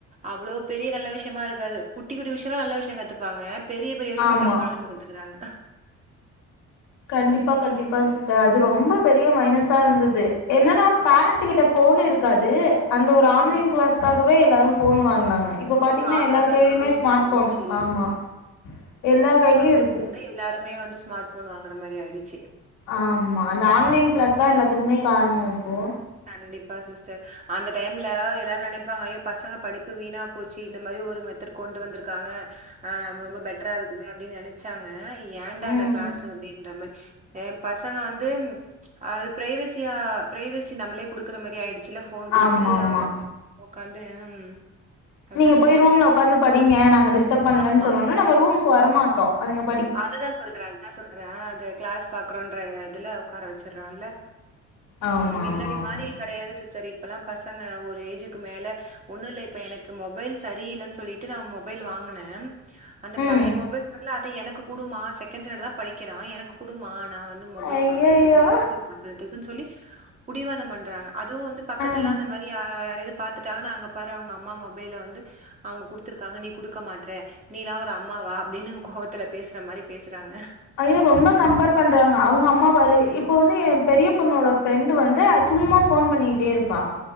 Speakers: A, on the right; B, on the left.
A: அவ்ளோ பெரிய நல்ல விஷயமா இருகாது குட்டி குட்டி விஷயொலா நல்ல விஷய கத்துப்பாங்க பெரிய பெரிய விஷயமா
B: ஆமா
A: தப்பான விஷய கத்துக்றாங்க
B: கண்டிப்பா கண்டிப்பா சிஸ்டர் அது ரொம்ப பெரிய மைனஸா இருந்துது என்னன்னா
A: ஆமா.
B: பேரண்ட்டுகிட்ட ஃபோன் இருக்காது அந்த ஒரு ஆன்லைன்
A: ம்.
B: க்ளாஸ்காகவே எல்லாரு ஃபோன் வாங்னாங்க இப்போ
A: ஃபோன்
B: பாத்திங்ன்னா
A: வாங்குற
B: எல்லார்
A: மாரி
B: கையிலயுமே
A: சிச்சுவேஷன்
B: ஸ்மார்ட்
A: வந்துருச்சு.
B: ஃபோன் ஆமா எல்லார் கையிலேயு இருக்கு
A: து எல்லாருமே வந்து ஸ்மார்ட் ஃபோன் வாங்குற மாரி ஆயிடுச்சி
B: ஆம்மா அந்த ஆன்லைன் க்ளாஸ் தா எல்லாத்துக்குமே காரணோ இப்போ
A: கண்டிப்பா சிஸ்டர் அந்த டைம்ல எல்லாரு நெனைப்பாங்க ஐயோ பசங்க படிப்பு வீணா போச்சி இந்த மாரி ஒரு மெத்தட் கொண்டு வந்துருக்காங்க ஆ ரொம்ப பெட்ரா இருக்குமே அப்டின் நெனச்சாங்க ஏண்டா
B: ம்
A: அந்த க்ளாஸு அப்டின்ற மாரி ஏம் பசங்க வந்து ம் அது பிரைவசியா பிரைவேசி நம்மளே குடுக்குற மாரி ஆயிடுச்சுல ஃபோன் குடுத்து
B: ஆமா ஆமா
A: அவுங்க ஒக்காந்து அ ம் கஷ்டமா
B: நீங்க போய் ரூம்ல
A: போயிட்டு
B: உக்காந்து படிங்க நாங்க டிஸ்டர்ப் பண்லன்
A: ஆமா.
B: சொன்னோன நம்ம ரூமுக்கு வர மாட்டோ அதுங்கப்
A: அதுதா சொல்றே அந்தா சொல்றே அ அது க்ளாஸ் பாக்குறோன்ற இதுல உக்கார வச்சுட்றோல்ல
B: ஆமா
A: மின்னடி
B: ஆமா ஆமா
A: மாரி
B: சிஸ்.
A: கெடையாது சிஸ்டர் இப்பல்லா பசங்க ஒரு ஏஜுக்கு மேல ஒண்ணுல்ல இப்ப எனக்கு மொபைல் சரியில்லன் சொல்லிட்டு நா மொபைல் வாங்குன அந்த
B: ம்
A: பழைய மொபைல் நல்ல அத எனக்கு குடுமா செகண்ட் ஸ்டாண்டர்ட் தா படிக்கிறா எனக்கு குடுமா நா வந்து மொபைல்
B: ஐயையோ
A: பாக்குறதுக்கு யூடியூப் பாக்குறதுக்குன் சொல்லி புடிவாதம் பண்றாங்க அதுவு வந்து பக்கத்துலாம்
B: ஆ
A: மாரி யா யாரையாது பாத்துட்டாங்கன்னா அங்க பாரு அவுங்க அம்மா மொபைல வந்து அவுங்க குடுத்துருக்காங்க நீ குடுக்க மாட்ற நீ ல்லா ஒரு அம்மாவா அப்டின்னு கோவத்துல பேஸ் ருக்கற மாரி பேசுறாங்க
B: ஐயோ ரொம்ப கம்பேர் பண்றாங்க அவுங்க அம்மா பாரு இப்ப வந்து என் பெரிய பொண்ணோட ஃப்ரெண்டு் வந்து சும்மா ஃபோன் பண்ணிக்கிட்டே இருப்பா